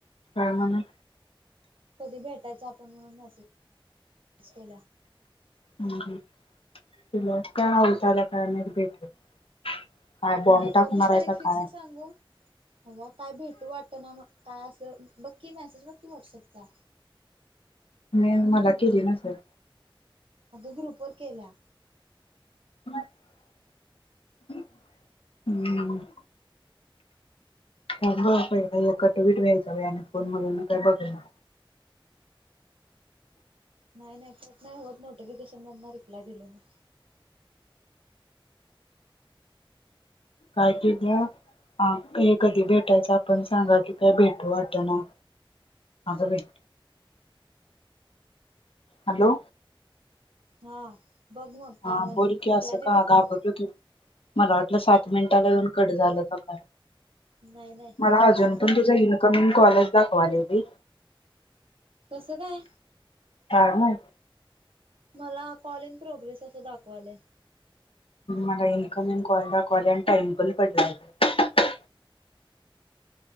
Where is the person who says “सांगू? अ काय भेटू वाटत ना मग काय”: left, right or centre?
Right